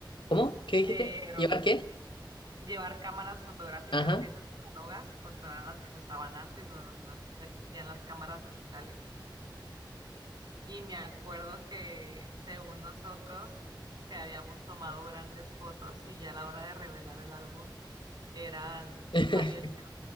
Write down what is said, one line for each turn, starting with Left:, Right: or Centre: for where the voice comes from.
Left: ¿Cómo? ¿Qué dijiste?
Right: pero
Left: ¿Llevar qué?
Right: llevar cámaras fotográficas
Left: Ajá.
Right: de esas análogas, pues eran las que se usaban antes, no, no- no- no existían las cámaras digitales. Y me acuerdo que según nosotros, que habíamos tomado grandes fotos y ya a la hora de revelar el álbum, eran,
Left: <laughs>
Right: salía el...